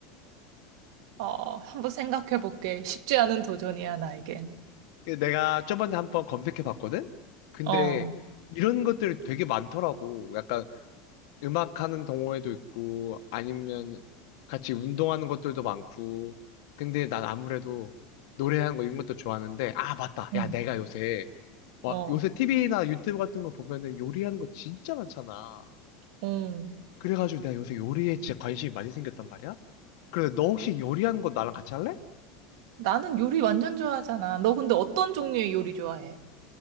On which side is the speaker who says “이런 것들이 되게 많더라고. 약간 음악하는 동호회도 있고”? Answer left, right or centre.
Left